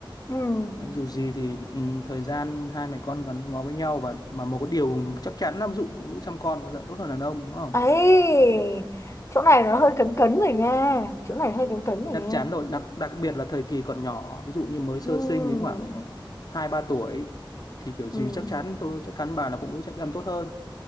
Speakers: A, on the left (about 35°); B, on the left (about 50°).
A: ừm.
B: Đấy, dù gì thì ừ, thời gian hai mẹ con gắn bó với nhau và mà một cái điều chắc chắn là ví dụ phụ nữ chăm con mà dạy tốt hơn đàn ông đúng không
A: ấy chỗ này nó hơi cấn cấn rồi nha chỗ này hơi cấn cấn rồi
B: chắc
A: nha
B: chắn rồi đặc đặc biệt là thời kỳ còn nhỏ ví dụ như mới sơ
A: Ừm,
B: sinh đến khoảng hai ba tuổi thì kiểu gì
A: ừm.
B: chắc chắn tôi chắc chắn bà là phụ nữ chắc chắn tốt hơn